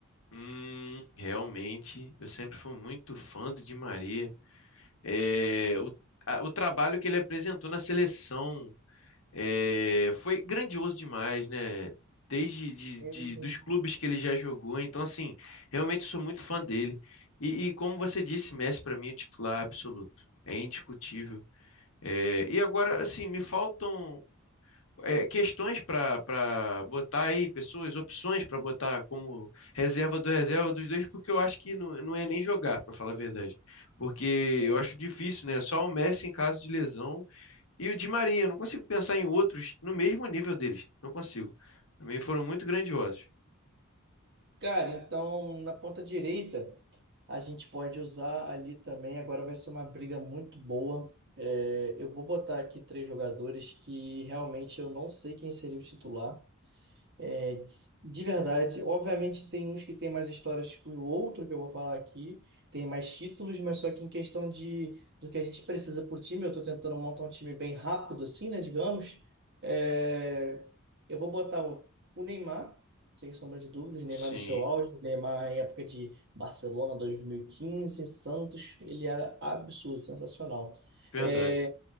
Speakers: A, on the left; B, on the right.
A: Hum, realmente, eu sempre fui muito fã do Di Maria. É, o, a- o trabalho que ele apresentou na seleção é, foi grandioso demais, né? Desde de,
B: Sim,
A: de-
B: sim.
A: dos clubes que ele já jogou. Então, assim, realmente sou muito fã dele. E, e como você disse, Messi para mim é titular absoluto. É indiscutível. É, e agora, assim, me faltam. é, questões para para botar aí, pessoas, opções para botar como reserva do reserva dos dois, porque eu acho que não, não é nem jogar, para falar a verdade. Porque
B: Sim.
A: eu acho difícil, né? Só o Messi em caso de lesão e o Di Maria. Eu não consigo pensar em outros no mesmo nível deles. Não consigo. Para mim foram muito grandiosos.
B: Cara, então na ponta direita. A gente pode usar ali também. Agora vai ser uma briga muito boa. É, eu vou botar aqui três jogadores que realmente eu não sei quem seria o titular. É, de verdade, obviamente tem uns que tem mais histórias que o outro que eu vou falar aqui, tem mais títulos, mas só que em questão de do que a gente precisa por time, eu tô tentando montar um time bem rápido assim, né, digamos. É, eu vou botar o, o Neymar, sem sombra de dúvidas, Neymar
A: Sim,
B: no seu auge, Neymar em época de Barcelona 2015, Santos, ele era absurdo, sensacional.
A: verdade.
B: É,